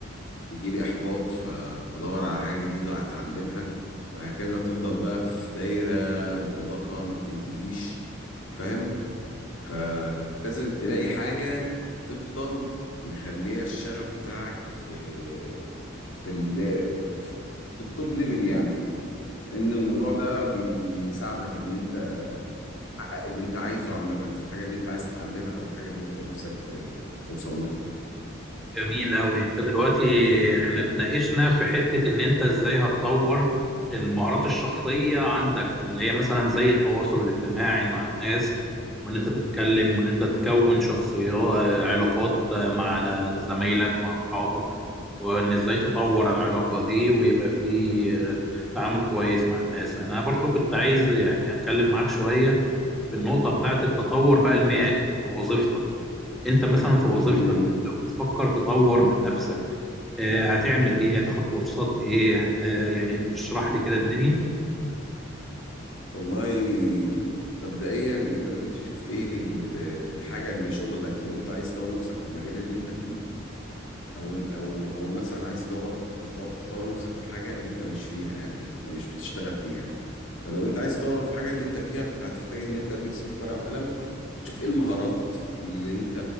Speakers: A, on the left; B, in the centre.
A: يجي لي احباط فادور على حاجة جديدة اتعلمها وهكذا تفضل بقى في دايرة مغلقة ما بتنتهيش فاهم فلازم تلاقي حاجة تفضل مخلية الشغف بتاعك في في ال في في التوب ليفل يعني ان الموضوع ده بيساعدك ان انت تحقق اللي انت عايزه عامة في الحاجة اللي انت عايز تتعلمها او الحاجة اللي انت نفسك ت- توصل لها
B: جميل أوي أنت دلوقتي إحنا اتناقشنا في حتة إن أنت إزاي هتطور المهارات الشخصية عندك اللي هي مثلا زي التواصل الاجتماعي مع الناس وإن أنت تتكلم وإن أنت تكون شخصيات علاقات مع زمايلك مع أصحابك وإن إزاي تطور العلاقة دي ويبقى في تعامل كويس مع الناس أنا برضو كنت عايز يعني أتكلم معاك شوية في النقطة بتاعة التطور بقى المهني في وظيفتك انت مثلا في وظيفتك
A: امم
B: دي لو بتفكر تطور من نفسك آه، هتعمل ايه هتاخد كورسات ايه هت... يعني اشرح لي كده الدنيا
A: والله مبدئيا انت لازم تشوف ايه ال- الحاجة اللي شغلك لو انت عايز تطور نفسك في المجال اللي انت فيه او او او مثلا عايز تدور تط- تطور نفسك في حاجه انت مش فيها يعني انت مش بتشتغل فيها فلو انت عايز تطور في حاجه اللي انت فيها فهتحتاج ان انت تمسك ورقه وقلم وتشوف ايه المهارات اللي انت